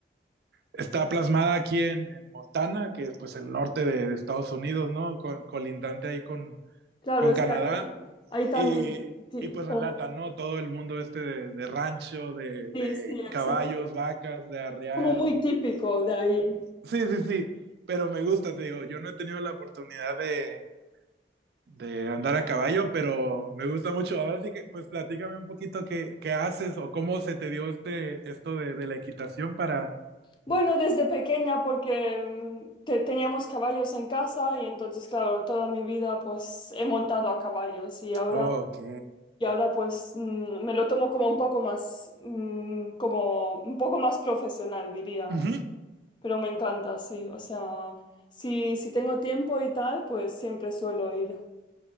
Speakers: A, on the right; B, on the left.
A: está plasmada aquí en, en Montana, que es pues el norte de, de Estados Unidos, ¿no? Con, colindante ahí con,
B: Claro,
A: con
B: es
A: Canadá.
B: que ahí, ahí también.
A: Y,
B: ti-
A: y pues
B: como-
A: relata, ¿no? Todo el mundo este de, de rancho, de,
B: Sí,
A: de
B: sí, exacto.
A: caballos, vacas, de arrear
B: Como muy típico de ahí.
A: Sí, sí, sí, pero me gusta, te digo, yo no he tenido la oportunidad de, de andar a caballo, pero me gusta mucho. Ahora sí que, pues platícame un poquito qué, qué haces o cómo se te dio este, esto de, de la equitación para...
B: Bueno, desde pequeña porque mm, te- teníamos caballos en casa y entonces, claro, toda mi vida pues he montado a caballos y ahora,
A: Ok.
B: y ahora pues mm, me lo tomo como un poco más, mm, como un poco más profesional, diría.
A: Ujú.
B: Pero me encanta, sí. O sea, si, si tengo tiempo y tal, pues siempre suelo ir.